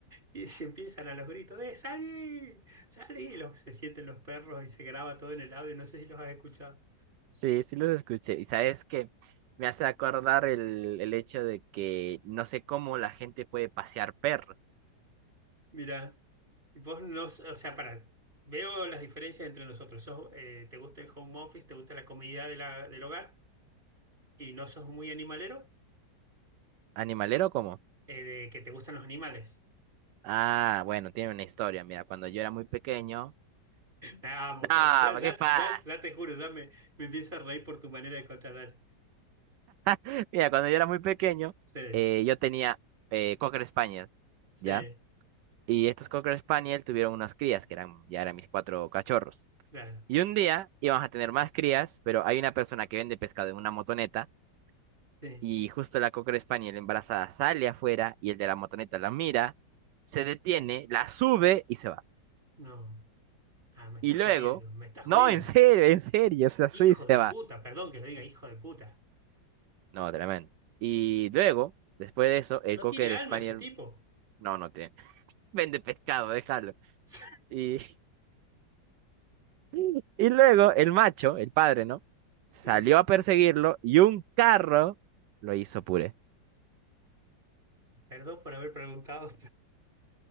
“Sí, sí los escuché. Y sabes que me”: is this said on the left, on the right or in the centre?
Right